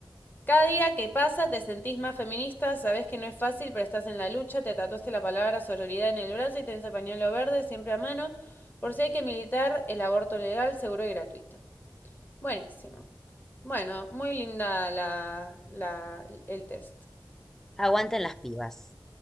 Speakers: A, on the left (about 20°); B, in the centre.
A: Cada día que pasa te sentís más feminista, sabés que no es fácil, pero estás en la lucha, te tatuaste la palabra sororidad en el brazo y tenés el pañuelo verde siempre a mano, por si hay que militar el aborto legal, seguro y gratuito. Buenísimo. Bueno, muy linda la, la, el test.
B: aguanten las pibas.